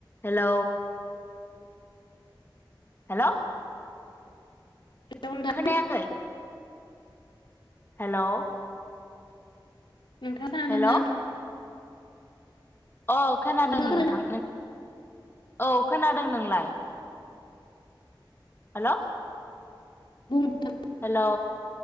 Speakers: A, on the left; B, on the left.
A: Hello hello
B: hello नोंथां
A: खोनायाखै hello
B: नोंथाङा
A: हेलौ
B: दोंना
A: अ खोनादों
B: नोंथाङा
A: नोंथां
B: खोनादोंना
A: औ खोनादों नोंलाय। <inaudible> हेल।
B: बुं थां।
A: हेल।